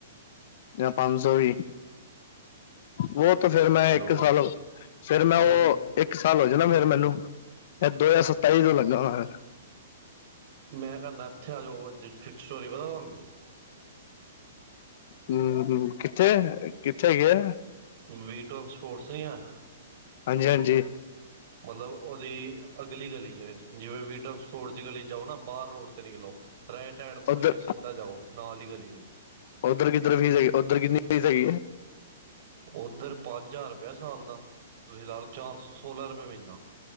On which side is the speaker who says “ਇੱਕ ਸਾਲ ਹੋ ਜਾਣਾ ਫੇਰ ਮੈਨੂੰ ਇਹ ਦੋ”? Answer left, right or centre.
Left